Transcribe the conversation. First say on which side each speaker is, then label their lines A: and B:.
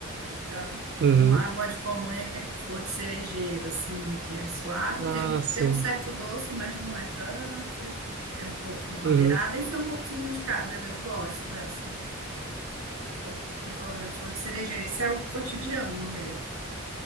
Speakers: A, on the right; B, on the right.
A: da,
B: Uhum.
A: de uma água de colônia que é com flor de cerejeira, assim, que é suave,
B: Ah,
A: tem um,
B: sim.
A: tem um certo doce, mas não é tanto, é um pouco madeirada,
B: Uhum.
A: enfim, um pouquinho de cada, eu, eu gosto dessa água de colônia, flor de cerejeira, isso é o cotidiano meu.